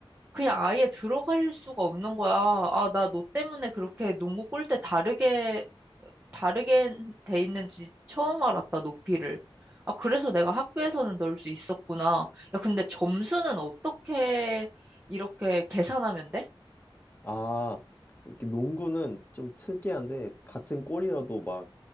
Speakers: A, on the right; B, on the left.
A: 그냥 아예 들어갈 수가 없는 거야. 아, 나 너 때문에 그렇게 농구 골대 다르게 다르게 돼 있는지 처음 알았다, 높이를. 아, 그래서 내가 학교에서는 넣을 수 있었구나. 야, 근데 점수는 어떻게 이렇게 계산하면 돼?
B: 아, 이렇게 농구는 좀 특이한데 같은 골이어도 막